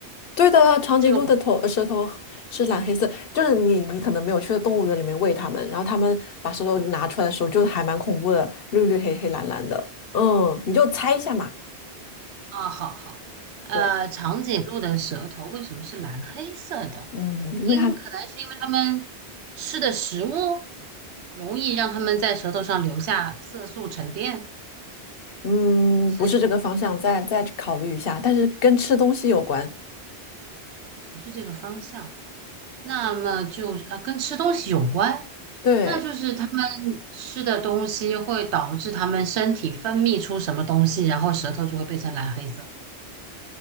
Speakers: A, on the left; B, on the right.
A: 对的啊，
B: <laughs>
A: 长颈鹿的头呃舌头是蓝黑色，
B: 这个。
A: 就是你你可能没有去动物园里面喂它们，然后它们把舌头拿出来的时候，就还蛮恐怖的，绿绿黑黑蓝蓝的。嗯，你就猜一下嘛。
B: 啊，好好，呃，
A: 对，
B: 长颈鹿的舌头为什么是蓝黑色的？
A: 嗯，因为它
B: 因可能是因为它们吃的食物容易让它们在舌头上留下色素沉淀，
A: 嗯不是这个方向，
B: 是
A: 再再考虑一下，但是跟吃东西有关。
B: 不是这个方向？那么就是啊，跟吃东西有关，
A: 对，
B: 那就是它们吃的东西会导致它们身体分泌出什么东西，然后舌头就会变成蓝黑色，